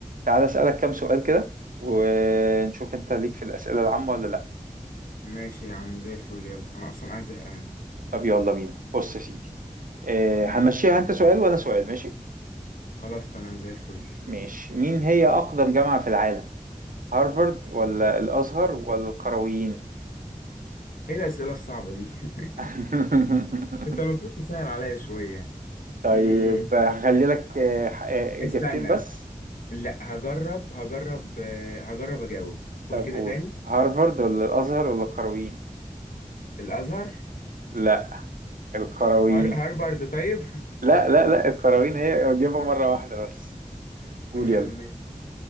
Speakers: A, on the right; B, on the left.
A: تعالى أسألك كام سؤال كده ونشوف أنت ليك في الأسئلة العامة ولا لأ
B: ماشي يا عم زي الفل يلا انا اصلا قاعد زهقان
A: طب يلا بينا بص يا سيدي آه،
B: مم.
A: هنمشيها أنت سؤال وأنا سؤال ماشي
B: خلاص تمام زي الفل
A: ماشي مين هي أقدم جامعة في العالم هارفارد ولا الأزهر ولا القرويين
B: ايه الاسئله الصعبه دي <laughs>
A: <laughs>
B: انت المفروض تسهل عليا شويه
A: طيب
B: امم
A: هخلي لك آه، آه،
B: استنى
A: إجابتين بس
B: لا هجرب هجرب آه، هجرب اجاوب قول
A: طب
B: كده
A: قول
B: تاني
A: هارفارد ولا الأزهر ولا القرويين
B: الازهر
A: لا القرويين
B: هار... هارفارد طيب
A: لا لا لا القرويين هي أجيبها مرة واحدة بس
B: <laughs>
A: قول
B: تمام
A: يلا
B: ماشي